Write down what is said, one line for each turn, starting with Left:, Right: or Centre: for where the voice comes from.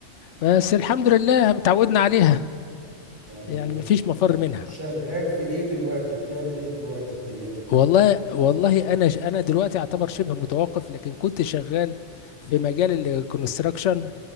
Left: بس الحمد لله اتعودنا عليها
Right: طب م-
Left: يعني مفيش مفر منها
Right: شغال في ايه دلوقتي بتعمل ايه دلوقتي في دنيتك
Left: والله والله انا ش- انا دلوقتي اعتبر شبه متوقف لكن كنت شغال في مجال الكونستراكشن